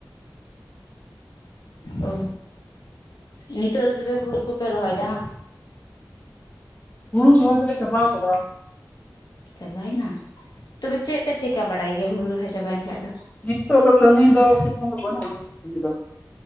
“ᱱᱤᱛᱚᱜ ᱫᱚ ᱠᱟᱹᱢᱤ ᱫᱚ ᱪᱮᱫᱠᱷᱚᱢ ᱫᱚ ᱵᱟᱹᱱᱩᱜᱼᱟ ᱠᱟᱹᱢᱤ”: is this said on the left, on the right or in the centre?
Left